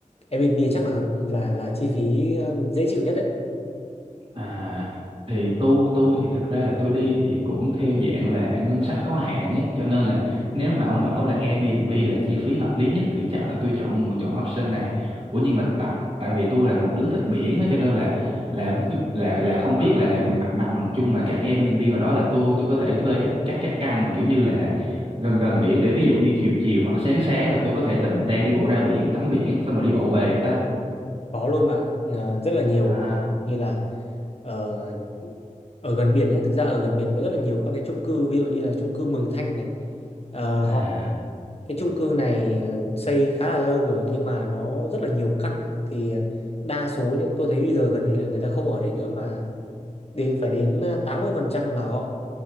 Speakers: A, on the left; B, on the right.
A: Airbnb chắc là hợp là là chi phí ờ, dễ chịu nhất đấy
B: À thì tôi tôi thì thật ra là tôi đi thì cũng theo dạng là ngân sách có hạn ấy cho nên là nếu mà ông bảo là Airbnb là chi phí hợp lý nhất thì chắc là tôi chọn chọn option này. Ủa nhưng mà tại tại vì tôi là một đứa thích biển á cho nên là là vi- là là không biết là mặt mặt bằng chung là các Airbnb ngoài đó là tôi tôi có thể thuê các các các căn mà kiểu như là gần gần biển để ví dụ như chiều chiều hoặc sáng sáng là tôi có thể tình tang đi bộ ra biển tắm biển xong rồi đi bộ về không ta?
A: có luôn mà ờ, rất là nhiều
B: À
A: luôn như là ờ, ở gần biển nhé thực ra ở gần biển có rất là nhiều các cái chung cư ví dụ như là chung cư Mường Thanh này Ờ,
B: à
A: họ cái chung cư này ờ, xây khá là lâu rồi nhưng mà nó rất là nhiều căn ấy. thì ờ, đa số nhá, tôi thấy bây giờ gần như là người ta không ở đấy nữa mà đến phải đến ờ, 80% là họ